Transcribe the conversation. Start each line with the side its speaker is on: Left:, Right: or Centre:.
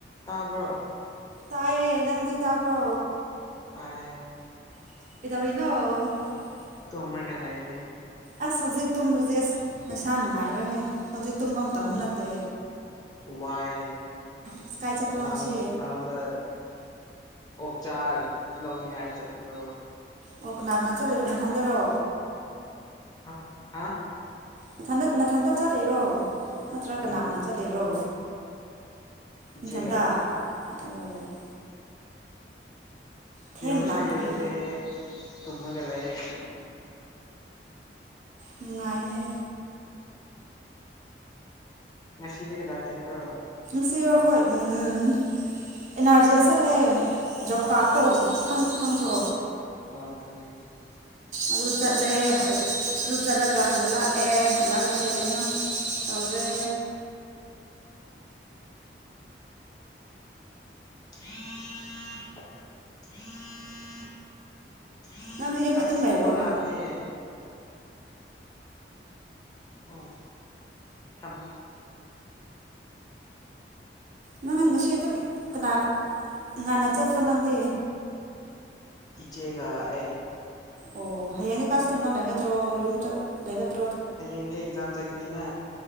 Left: ꯇꯥꯕ꯭ꯔꯣ꯫
Right: ꯇꯥꯏꯌꯦ ꯅꯪꯗꯤ ꯇꯥꯕ꯭ꯔꯣ꯫
Left: ꯇꯥꯌꯦ꯫
Right: ꯀꯩꯗꯧꯔꯤꯅꯣ ꯫
Left: ꯇꯨꯝꯃꯒ ꯂꯩꯑꯌꯦ꯫
Right: ꯑꯁ ꯍꯧꯖꯤꯛꯇꯣꯕꯨꯖꯤꯛ ꯑꯁ ꯅꯁꯥ ꯅꯨꯡꯉꯥꯏꯔꯣꯏꯍꯦ꯫ ꯍꯧꯖꯤꯛ ꯇꯨꯝꯕ ꯃꯇꯝꯁꯨ
Left: ꯑꯝ
Right: ꯅꯠꯇꯦ
Left: ꯋꯥꯏ
Right: ꯑꯁ ꯀꯥꯏ ꯆꯠꯄ꯭ꯔꯣ
Left: ꯂ
Right: ꯉꯁꯤ
Left: ꯂꯥꯎꯗ꯫ ꯑꯣꯛꯆꯥꯥ ꯂꯧꯅꯤꯡꯉꯥꯏ ꯆꯠꯄꯗꯨ꯫
Right: ꯑꯣ ꯀꯅꯥ ꯀꯅꯥ ꯆꯠꯂꯤꯅꯣ ꯅꯊꯟꯗꯔꯣ
Left: ꯑ ꯑꯥ
Right: ꯅꯊꯟꯇ ꯅꯊꯟꯇ ꯆꯠꯂꯤꯔꯣ ꯅꯠꯇ꯭ꯔ
Left: ꯎꯝ
Right: ꯀꯅꯥ ꯀꯅꯥ ꯆꯠꯂꯤꯔꯣ
Left: ꯏꯆꯦꯒ
Right: ꯅꯊꯟꯗ ꯑꯣ ꯊꯦꯡ
Left: ꯏꯔꯨꯁꯨ
Right: ꯂꯥꯛꯄꯒꯤ
Left: ꯏꯔꯨꯗꯦ ꯇꯨꯃꯒ ꯂꯩꯌꯦ
Right: ꯅꯨꯡꯉꯥꯏꯅꯦ
Left: ꯉꯁꯤꯗꯤ ꯀꯗꯥꯏ ꯆꯠꯄ꯭ꯔꯣ
Right: ꯑꯁꯤꯔꯣ ꯑꯈꯣꯏ ꯑꯦꯟ ꯑꯥꯔ ꯖꯤ ꯑꯦꯁ ꯆꯠꯂꯦ ꯖꯣꯕ ꯀꯥꯔꯠꯇꯣ ꯈꯪꯕ꯭ꯔꯣ
Left: ꯑ ꯈꯪꯉꯦ
Right: ꯑꯗꯨ ꯆꯠꯂꯦ ꯑꯗꯨ ꯆꯠꯂꯒ ꯍꯜꯂꯛꯑꯦ ꯍꯜꯂꯛꯑꯒ ꯀꯩ ꯀꯩꯅꯣ ꯇꯧꯔꯦ
Left: <unintelligible>
Right: ꯅꯪꯗꯤ ꯌꯨꯝꯗ
Left: ꯑꯁ
Right: ꯑꯗꯨꯝ ꯂꯩꯕ꯭ꯔꯣ
Left: ꯀꯣꯜ ꯂꯥꯛꯑꯦ ꯑꯣ ꯊꯝ
Right: ꯅꯪ ꯉꯁꯤ ꯑꯗꯨꯝ ꯀꯅꯥ ꯉꯟꯅ ꯆꯠꯄ꯭ꯔꯣ ꯅꯪꯗꯤ
Left: ꯏꯆꯦꯒ ꯑꯩ
Right: ꯑꯣ ꯍꯌꯦꯡꯗꯤ ꯀꯥꯏ ꯆꯠꯇꯣꯏꯅꯣ ꯂꯩꯒꯗ꯭ꯔꯣ ꯌꯨꯝ ꯆꯠ ꯂꯩꯒꯗ꯭ꯔ
Left: ꯍꯌꯦꯡꯗꯤ ꯑꯦꯛꯖꯥꯝ ꯆꯠꯀꯅꯤꯅ